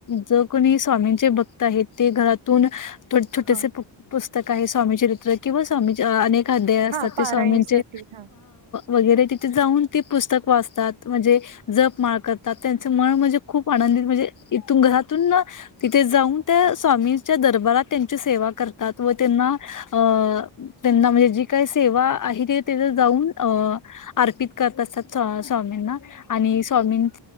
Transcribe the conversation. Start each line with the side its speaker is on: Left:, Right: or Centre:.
Left: जो कोणी स्वामींचे भक्त आहेत ते घरातून. छोट-छोटेसे
Right: हा
Left: पुस्त सकाळी स्वामी चरित्र किंवा स्वामींची अनेक - अध्याय असतात
Right: हा पारायणसाठी
Left: ते स्वामींचे
Right: हा
Left: वगैरे तिथे जाऊन. ती पुस्तक वाचतात म्हणजे जप माळ कर जात, त्यांच मन म्हणजे खूप आनंदित म्हणजे इथून घरातून तिथे जाऊन त्या स्वामीच्या दरबारात त्यांची सेवा करतात, व त्यांना अ.... त्यांना म्हणजे जी काय- सेवा आहे ते तीथे जाऊन आर्पीत- करत असतात, स्वामींना आणि स्वामीं,